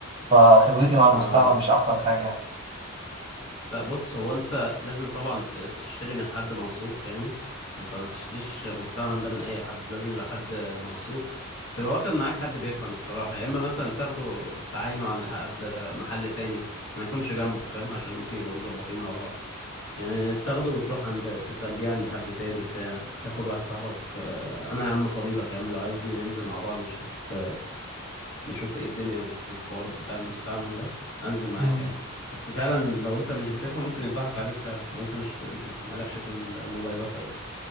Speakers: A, on the right; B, on the left.
A: فخبرتي مع المستعمل
B: اه
A: مش أحسن حاجة يعني
B: لا بص هو انت لازم طبعا ت- تشتري من حد موثوق يعني انت ما تشتريش مستعمل ده من اي حد لازم يبقى حد موثوق تبقى واخد معاك حد بيفهم الصراحة يا اما مثلا تاخده تعاينه عند حد محل تاني بس ما يكونش جنبه فاهم عشان ممكن يبقوا مظبطين مع بعض يعني تاخده وتروح عند تسأل بيه عند حد تاني بتاع تاخد واحد صاحبك اه، انا يا عم فضيلك يا عم لو عايزني ننزل مع بعض نشوف نشوف ايه الدنيا في الحوار بتاع المستعمل ده هنزل معاك
A: مم.
B: يا عم بس فعلا لو انت مش بتفهم ممكن يضحك عليك فعلا لو انت مش في مش بت... مالكش في الموبايلات قوي